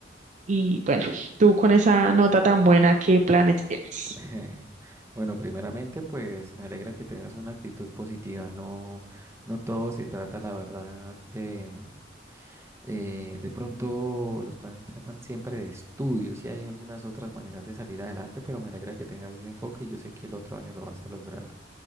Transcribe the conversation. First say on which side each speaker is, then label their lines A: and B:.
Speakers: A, on the right; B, on the right.
A: Y bueno, tú con esa nota tan buena, ¿qué planes tienes?
B: <laughs> Bueno, primeramente, pues me alegra que tengas una actitud positiva. No, no todo se trata, la verdad, de, mm, eh, de pronto los planes tratan siempre de estudios y hay algunas otras maneras de salir adelante, pero me alegra que tengas ese enfoque y yo sé que el otro año lo vas a lograr.